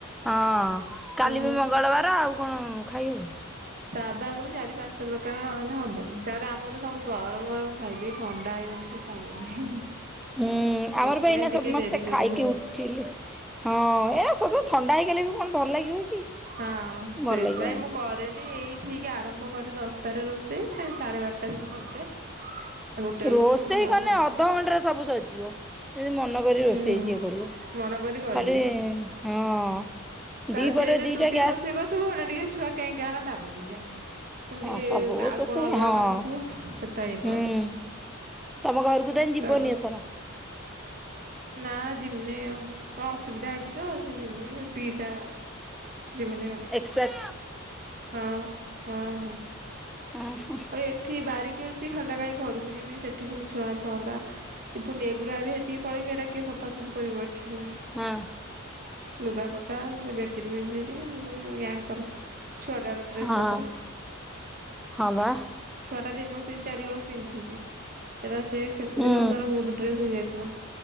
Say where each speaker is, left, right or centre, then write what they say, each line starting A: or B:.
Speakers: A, in the centre; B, on the right.
A: ହଁ
B: ହଁ
A: କାଲି ବି ମଙ୍ଗଳବାର ଆଉ କଣ ଖାଇହବ।
B: ସାଧା ବୋଲି ଚାରି ପାଞ୍ଚ ପ୍ରକାର ନହନେ ହବନି, ତାପରେ ଆମର ସବୁ ଗରମ ଗରମ ଖାଇବି ଥଣ୍ଡା ହେଇଗନେ କେଇ ଖାଇବେନି।
A: ହୁଁ,
B: ସେଥିପାଇଁ
A: ଆମର ପା ଏଇନା
B: ଟିକେ
A: ସମସ୍ତେ
B: ଡେରି କରି
A: ଖାଇକି ଉଠିଲେ। ହଁ, ଏଇ ସବୁ ଥଣ୍ଡା ହେଇଗଲେ ବି କଣ ଭଲ ଲାଗିବ କି?
B: ହଁ ସେଇଥିପାଇଁ
A: ଭଲ ଲାଗିବନି।
B: ମୁଁ କରେନି ଏଇ ଠିକ୍ ଆରମ୍ଭ କରେ ଦଶଟାରେ ରୋଷେଇ ସାଢ଼େ ବାରଟା ସୁଦା ସରିଯାଏ। ଆଉ ଗୋଟେ
A: ରୋଷେଇ
B: ବେଳକୁ ସବୁ ଖାଉ
A: କଲେ
B: ଆଉ।
A: ଅଧଘଣ୍ଟାରେ ସବୁ ସରିଜିବ ଯଦି ମନକରିବ
B: ହୁଁ
A: ରୋଷେଇ ଯିଏ କରିବ।
B: ମନ କରି କରିବୁ।
A: ଖାଲି ହଁ
B: ତାହେଲେ
A: ଦି ପଟ
B: ସେଇଥିରେ
A: ରେ ଦିଟା
B: ଟିକେ
A: ଗ୍ୟାସ
B: ରୋଷେଇ ତୁ ହେଲେ ଟିକେ ଛୁଆ କେ କଁଆ ହେଲା ତା କତିକି ଯା। ପୁଣି
A: ହଁ
B: ଟିକେ
A: ସବୁ
B: ଆଉ
A: ତ
B: କଣ
A: ସେଇ
B: ଅଲଗା
A: ହଁ
B: କାମ ଥିବ ସେଟା ଇଏ
A: ହୁଁ
B: କର।
A: ତମ ଘରକୁ ତାନେ ଯିବନି
B: ତାପ
A: ଏଥର?
B: ନା ଜିମିନି ଆଉ କଣ ଅସୁବିଧା ହେଇଛି ତ ସେ ଜିମିନି ପିଇସା ଜମିନି ଆଉ
A: ଏକ୍ସପାଟ
B: ହଁ ହଁ ହଁ।
A: ଅ ହଁ।
B: ଆଉ ଏଠି ବାରିକି ଅଛି ଖାଲିଟା କାହିଁ ଘରକୁ ଜିମି ସେଠି ପୁଣି ଛୁଆ ଛୁନ୍ତା ଏ ପୁଣି ଏଗୁରା ଆଦି ହେଠିକି ପଳେଇବି ଏରା କିଏ ସଫାସଫି କର କରିିବା ଏଠି ପୁଣି।
A: ହଁ।
B: ଲୁଗା ପଟା ସେ ବେଡସିଟ ଫେଡସିଟ ୟାଙ୍କର ଛୁଆଟାର ଡ୍ରେସ
A: ହଁ
B: ପତ୍ର
A: ହଁ ବା।
B: ଛୁଆଟା ଦିନକୁ ତିନି ଚାରି ହଳ ପିନ୍ଧୁଚି। ସେରା ସେ ସେତେ
A: ହୁଁ
B: ଦିନକୁ ତାର ବହୁତ ଡ୍ରେସ୍ ହେଇଯାଇଥିବ।